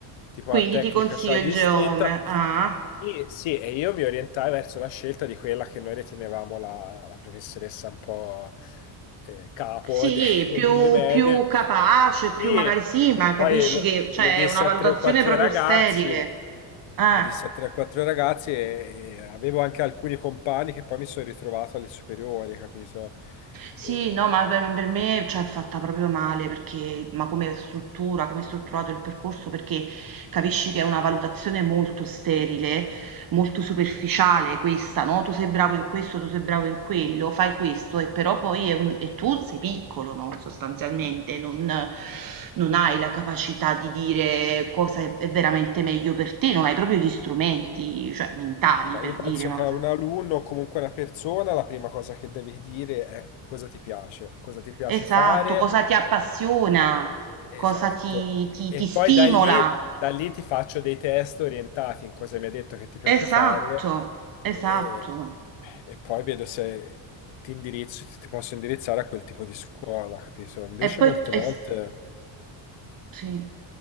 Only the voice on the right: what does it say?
quindi
ti consiglio
il
Geome. Ah?
Sì,
più,
più capace, più
magari sì, ma capisci
che cioè,
è una valutazione
proprio
sterile. eh.
Sì,
no, ma per per me, cioè, è fatta proprio male perché ma come struttura, come è strutturato il percorso, perché capisci che è una valutazione molto sterile, molto superficiale questa, no? Tu sei bravo in questo, tu sei bravo in quello, fai questo, e però poi è un- e tu sei piccolo, no? Sostanzialmente, non, non hai la capacità di dire cosa è, è veramente meglio per te, non hai proprio gli strumenti, cioè, mentali
per
dire una
cosa
Esatto,
cosa ti appassiona,
cosa ti, ti,
ti stimola.
Esatto,
esatto.
E poi,
es- sì.